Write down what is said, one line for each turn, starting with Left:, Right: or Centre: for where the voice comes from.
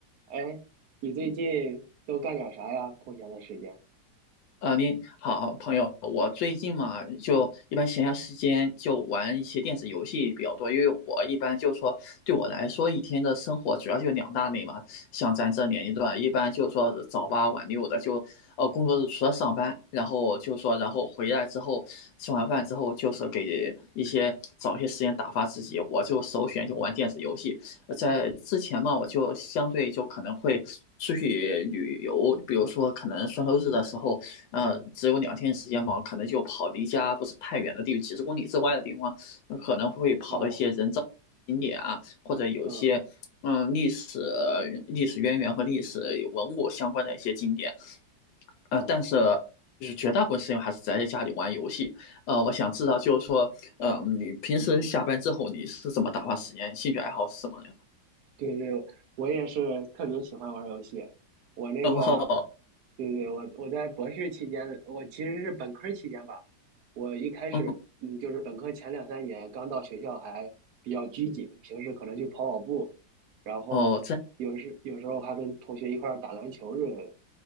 Right: 哎，你最近都干点啥呀？空闲的时间？
Left: 啊，您好，朋友，我最近嘛，就一般闲暇时间就玩一些电子游戏比较多，因为我一般就说，对我来说，一天的生活主要就两大类嘛。像咱这年龄段，一般就是说是早八晚六的，就呃工作日除了上班，然后就说，然后回来之后吃完饭之后，就是给一些找一些时间打发自己，我就首选就玩电子游戏。呃在之前嘛，我就相对就可能会。出去旅游，比如说可能双休日的时候。呃，只有两天时间嘛，可能就跑离家不是太远的地方，几十公里之外的地方，可能会跑到一些人造景点啊，
Right: 哦，
Left: 或者有些嗯历史、
Right: 嗯，
Left: 历史渊源和历史文物相关的一些景点。
Right: 哦，
Left: 呃，但是
Right: 哦
Left: 就是绝大部分时间还是宅在家里玩游戏。呃，我想知道就是说，嗯，你平时下班之后你是怎么打发时间？兴趣爱好是什么呀？
Right: 对对，我也是特别喜欢玩儿游戏。我那个，
Left: 然后，
Right: 对对，我我在博士期间，我其实是本科儿期间吧。我一开始，
Left: 嗯，
Right: 嗯，就是本科前两三年刚到学校还比较拘谨，平时可能去跑跑步，然后有时有时候还跟同学一块儿打篮球之类的。
Left: 哦，这，